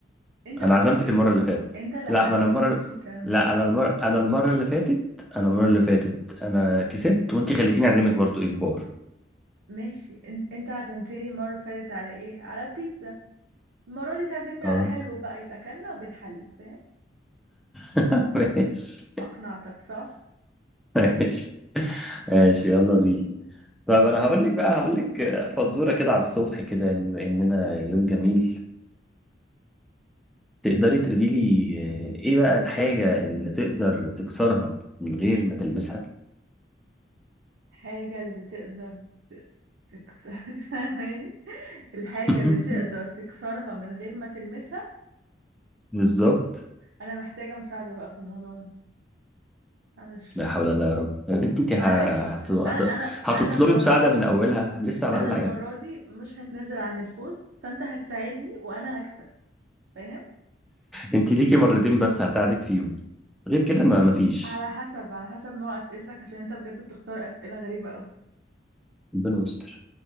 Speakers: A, on the right (about 75°); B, in the centre.
A: انت اللي
B: انا
A: هتعزمني
B: عزمتك المره
A: يعني.
B: اللي فاتت
A: انت اللي
B: لا
A: هتعزمني
B: ما انا المره
A: مفيش الكلام
B: لا
A: ده
B: انا المره انا المره اللي فاتت انا المره اللي فاتت انا كسبت وانت خليتيني اعزمك برضه اجبار
A: ماشي ان... انت عزمتني المرة اللي فاتت على ايه على بيتزا المرة دي تعزمني
B: اه
A: على حلو بقى يبقى كلنا وبنحلي فاهم
B: <laughs> ماشي
A: اقنعتك صح
B: ماشي ماشي يلا بينا طب انا
A: يلا
B: هقول لك بقى هقول لك فزوره كده على الصبح كده يعني بما اننا يوم جميل تقدري تقولي لي ايه بقى الحاجة اللي تقدر تكسرها من غير ما تلمسها؟
A: الحاجة اللي تقدر تكس- تكسر <laughs> فاهماني الحاجة
B: <laughs>
A: اللي تقدر تكسرها من غير ما تلمسها
B: بالظبط
A: أنا محتاجة مساعدة بقى في الموضوع ده معلش
B: لا حول ولا قوة يا رب يا بنتي انت ه-
A: معلش
B: هت... هت...
A: أنا أنا أنا
B: هتطلبي
A: المرة
B: مساعدة من
A: دي
B: اولها لسه عملنا
A: أنا المرة
B: حاجة
A: دي مش هتنازل عن الفوز فأنت هتساعدني وأنا هكسب فاهم
B: انت ليكي مرتين بس هساعدك فيهم غير كده ما مفيش
A: على حسب على حسب نوع أسئلتك عشان أنت بجد بتختار أسئلة غريبة أوي
B: ربنا يستر